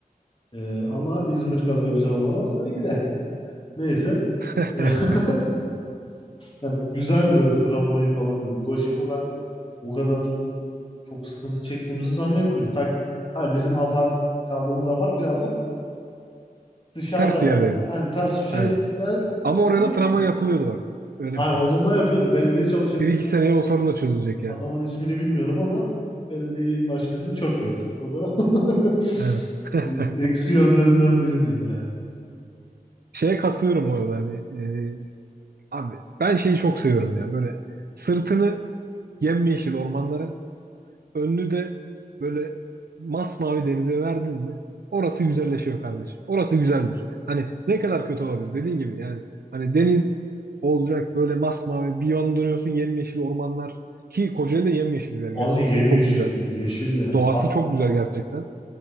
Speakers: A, on the left; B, on the right.
A: Ee, ama İzmir kadar güzel olamaz tabii ki de. Neyse.
B: <laughs>
A: E, <laughs> Yani güzeldi böyle tramvayı falan böyle. Ulaşımı ben o kadar çok sıkıntı çektiğimizi zannetmiyorum. Tak, ha bizim apart kaldığımız apart birazcık dışarıdaydı.
B: Ters bir yerdeydi.
A: Yani ters bir şeyler
B: Aynen.
A: değil
B: Ama oraya
A: değil
B: da tramvay
A: de.
B: yapılıyordu bak. Öyle
A: Yani
B: bir şey.
A: onu da yapıyordu. Belediye çalışıyordu.
B: Bir iki seneye o sorun da çözülecek yani.
A: Adamın ismini bilmiyorum ama belediye başkanını çok gördük. O da <laughs>
B: Aynen. <laughs>
A: e- eksi yönlerinden biri diyeyim yani.
B: Şeye katılıyorum bu arada hani e, abi ben şeyi çok seviyorum ya böyle sırtını yemyeşil ormanlara Önünü de böyle masmavi denize verdin mi orası güzelleşiyor kardeş. Orası güzeldir. Hani ne kadar kötü olabilir dediğin gibi yani hani deniz olacak böyle masmavi bir yan dönüyorsun yemyeşil ormanlar ki Kocaeli de yemyeşil bir yer
A: Aynı
B: gerçekten
A: yemyeşildi,
B: çok güzel.
A: yeşildi yani.
B: Doğası çok güzel gerçekten.